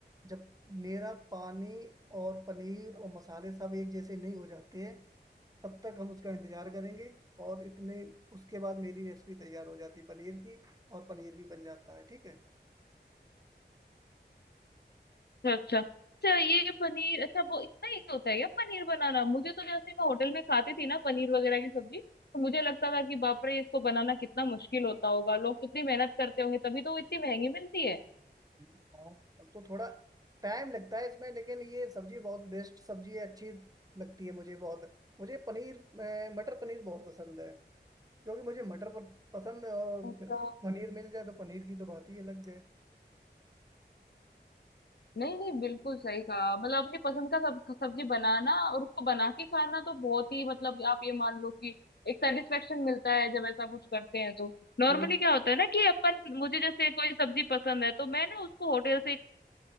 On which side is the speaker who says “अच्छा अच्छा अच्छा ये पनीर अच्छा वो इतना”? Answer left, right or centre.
Left